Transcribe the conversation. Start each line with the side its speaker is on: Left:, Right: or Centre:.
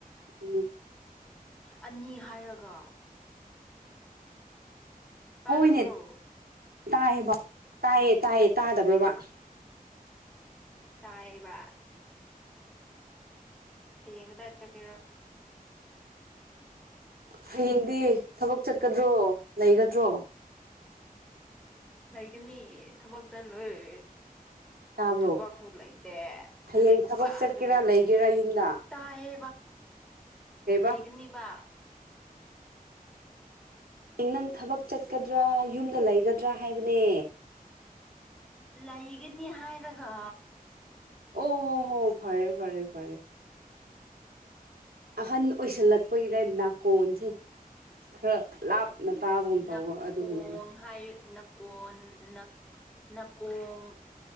Right: ꯎꯝ
Centre: ꯑꯅꯤ ꯍꯥꯏꯔꯒ ꯇꯥꯗꯕ꯭ꯔꯣ
Right: ꯍꯣꯏꯅꯦ ꯇꯥꯏꯌꯦꯕ ꯇꯥꯏꯌꯦ ꯇꯥꯏꯌꯦ ꯇꯥꯗꯕ꯭ꯔꯣꯕ
Centre: ꯇꯥꯌꯦꯕ ꯍꯌꯦꯡꯗ ꯆꯣ ꯀ
Right: ꯍꯌꯦꯡꯗꯤ ꯊꯕꯛ ꯆꯠꯀꯗ꯭ꯔꯣ ꯂꯩꯒꯗ꯭ꯔꯣ
Centre: ꯂꯩꯒꯅꯤ ꯊꯕꯛꯁ ꯂꯣꯏꯦ
Right: ꯇꯥꯕ꯭ꯔꯣ
Centre: ꯊꯕꯛꯁꯨ ꯂꯩꯇꯦ
Right: ꯍꯌꯦꯡ
Centre: ꯂꯥꯏꯔꯤꯛ
Right: ꯊꯕꯛ
Centre: ꯄꯥꯒꯗꯅꯦ
Right: ꯆꯠꯀꯦꯔꯥ ꯂꯩꯒꯦꯔꯥ ꯌꯨꯝꯗ
Centre: ꯇꯥꯏꯍꯦ
Right: ꯀꯩꯕ
Centre: ꯂꯩꯒꯅꯤꯕ
Right: ꯅꯪ ꯊꯕꯛ ꯆꯠꯀꯗ꯭ꯔꯥ ꯌꯨꯝꯗ ꯂꯩꯒꯗ꯭ꯔꯥ ꯍꯥꯏꯕꯅꯦ
Centre: ꯂꯩꯒꯅꯤ ꯍꯥꯏꯔꯒ
Right: ꯑꯣ ꯍꯣ ꯍꯣ ꯐꯔꯦ ꯐꯔꯦ ꯐꯔꯦ ꯑꯍꯟ ꯑꯣꯏꯁꯜꯂꯛꯄꯒꯤꯗ ꯅꯥꯀꯣꯟꯁꯦ ꯈꯔ ꯂꯥꯞ ꯅꯇꯥꯥꯕꯒꯨꯝ
Centre: ꯅꯥꯀꯣꯡ
Right: ꯇꯧꯕ ꯑꯗꯨꯒꯤꯅꯤꯅꯦ
Centre: ꯍꯥꯏ ꯅꯀꯣꯟ ꯅ ꯅꯀꯣꯟ